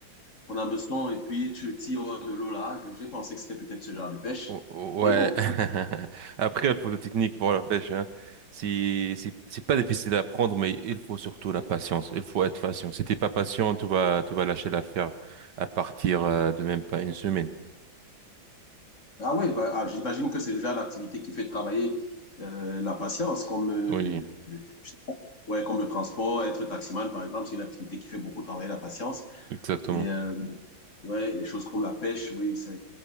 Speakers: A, on the left (about 40°); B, on the right (about 65°).
A: ton hameçon, et puis tu le tires hors de l'eau là. J'ai pensé que c'était peut-être ce genre de pêche.
B: O- o-
A: Mais
B: ouais.
A: bon.
B: <laughs> Après, il faut de technique pour la pêche, hein. Si si c'est pas difficile à apprendre, mais il faut surtout la patience. Il faut être patient. Si t'es pas patient, tu vas tu vas lâcher l'affaire à partir euh, de même pas une semaine.
A: Ah ouais, bah, ah, j'imagine que c'est le genre d'activité qui fait travailler euh, la patience, comme, euh,
B: Oui,
A: le, le- je sais pas, ouais, comme le transport, être taximan, par exemple, c'est une activité qui fait beaucoup travailler la patience.
B: exactement.
A: Et, euh, Ouais, les choses comme la pêche, oui, ça,